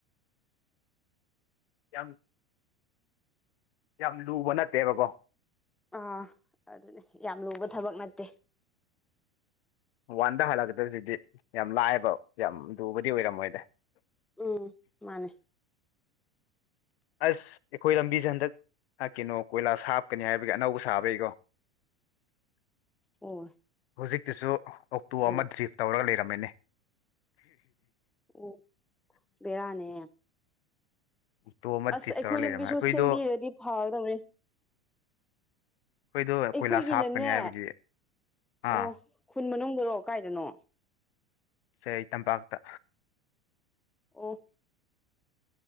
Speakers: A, on the left; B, in the centre.
A: ꯌꯥꯝ ꯌꯥꯝ ꯂꯨꯕ ꯅꯠꯇꯦꯕꯀꯣ
B: ꯑꯥ ꯑꯗꯨꯅꯦ ꯌꯥꯝ ꯂꯨꯕ ꯊꯕꯛ ꯅꯠꯇꯦ
A: ꯋꯥꯟꯗ ꯍꯜꯂꯛꯀꯗꯕꯖꯤꯗꯤ ꯌꯥꯝ ꯂꯥꯢꯕ ꯌꯥꯝ ꯂꯨꯕꯗꯤ ꯑꯣꯢꯔꯝꯃꯣꯢꯗ
B: ꯎꯝ ꯃꯥꯅꯦ
A: ꯑꯁ ꯑꯩꯈꯣꯢ ꯂꯝꯕꯤꯁꯦ ꯍꯟꯗꯛ ꯀꯩꯅꯣ ꯀꯣꯢꯂꯥꯁ ꯍꯥꯞꯀꯅꯤ ꯍꯥꯢꯕꯒꯤ ꯑꯅꯧꯕ ꯁꯥꯕꯩꯀꯣ <inaudible>
B: ꯑꯣ
A: ꯍꯧꯖꯤꯛꯇꯤꯁꯨ ꯑꯣꯛꯇꯣ
B: ꯀꯩꯅꯣ
A: ꯑꯃ ꯗ꯭ꯔꯤꯐ ꯇꯧꯔꯒ ꯂꯩꯔꯝꯃꯦꯅꯦ
B: ꯑꯣ ꯕꯦꯔꯥꯅꯦ ꯍꯦ
A: ꯑꯣꯛꯇꯣ ꯑꯃ
B: ꯑꯁ
A: ꯗ꯭ꯔꯤꯞ
B: ꯑꯩꯈꯣꯢ
A: ꯇꯧꯔ ꯂꯩꯔꯝꯃꯦ
B: ꯂꯝꯕꯤꯁꯨ
A: ꯑꯩꯈꯣꯏꯗꯣ
B: ꯁꯦꯝꯕꯤꯔꯗꯤ ꯐꯥꯒꯗꯕꯅꯦ
A: ꯑꯩꯈꯣꯏꯗꯣ
B: ꯑꯩꯈꯣꯢꯒꯤꯅꯅꯦ
A: ꯀꯣꯏꯂꯥꯁ ꯍꯥꯞꯀꯅꯤ ꯍꯥꯏꯕꯒꯤ ꯑꯥ
B: ꯑꯣ ꯈꯨꯟ ꯃꯅꯨꯡꯗꯔꯣ ꯀꯥꯢꯗꯅꯣ
A: ꯁꯦ ꯇꯝꯄꯥꯛꯇ
B: ꯑꯣ